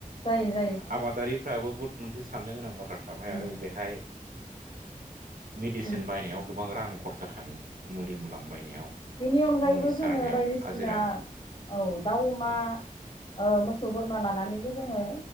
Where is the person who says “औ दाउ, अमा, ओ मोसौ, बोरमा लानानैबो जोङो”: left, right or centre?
Left